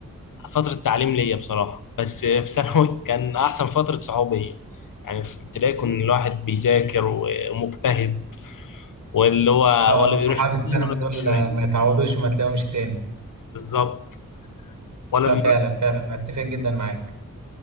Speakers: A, on the left (about 75°); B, on the right (about 60°).
A: فترة تعليم ليا بصراحة بس في ثانوي <laughs> كان أحسن فترة صحوبية يعني في ابتدائي كان الواحد بيذاكر ومجتهد واللي هو
B: آه
A: ولا بيروح
B: صحاب الثانوي
A: يمين ولا بيروح
B: دول
A: شمال
B: ما يتعوضوش وما تلاقيهمش تاني
A: بالظبط ولا
B: ففعلا
A: بنروح
B: فعلا بتفق جدا معاك